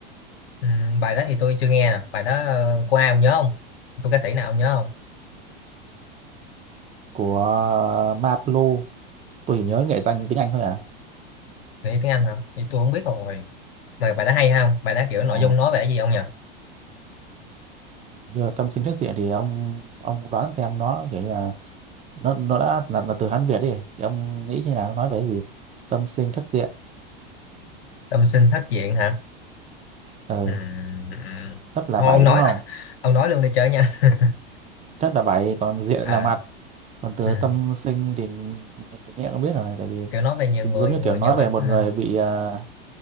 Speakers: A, on the left (about 80°); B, on the right (about 25°).
A: ừ, bài đó thì tôi chưa nghe nè bài đó ờ, của ai ông nhớ không của ca sĩ nào ông nhớ không
B: của Maplu tôi chỉ nhớ nghệ danh tiếng Anh thôi à
A: Nghĩ tiếng Anh hả? Vậy tôi không biết rồi. Mà bài đó hay không? Bài đó kiểu nội
B: ồ
A: dung nói về cái gì không nhỉ?
B: như là tâm sinh thất diện thì ông ông đoán xem nó kiểu như là nó nó đã là, là từ Hán Việt đi thì ông nghĩ như nào nó nói về cái gì tâm sinh thất diện
A: Tâm sinh thất diện hả?
B: ừ
A: Ừm, ừm.
B: thất là
A: Thôi
B: bảy
A: ông nói,
B: đúng không
A: <laughs> ông nói luôn đi chơi nha. <laughs>
B: Thất là bảy còn diện
A: À,
B: là mặt còn từ
A: ừ.
B: tâm sinh thì mình nghe cũng biết rồi tại vì
A: Kiểu nói về nhiều
B: giống
A: người,
B: như
A: người
B: kiểu nói
A: nhiều
B: về
A: mặt
B: một
A: ha.
B: người bị ờ,